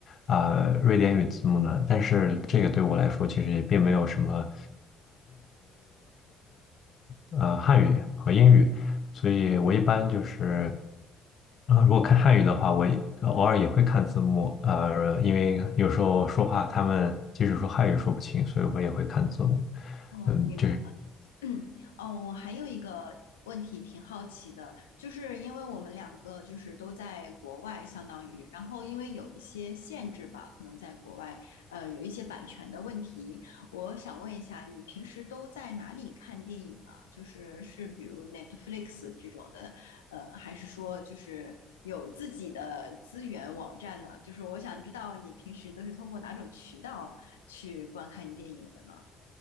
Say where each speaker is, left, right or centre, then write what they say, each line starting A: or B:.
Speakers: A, on the left; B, on the left.
A: 啊瑞典语字幕的。但是这个对我来说，其实也并没有什么。呃汉语和英语，所以我一般就是啊、如果看汉语的话，我也呃偶尔也会看字幕，呃，因为有时候说话他们即使说汉语说不清，所以我也会看字幕。
B: 哦，
A: 嗯，
B: 明白。
A: 就是。
B: <clears throat> 嗯，哦，我还有一个问题挺好奇的，就是因为我们两个就是都在国外，相当于，然后因为有一些限制吧，可能在国外，呃，有一些版权的问题，我想问一下，你平时都在哪里看电影啊？就是是比如 Netflix 这种的，呃，还是说就是有自己的资源网站呢？就是我想知道你平时都是通过哪种渠道去观看电影的呢？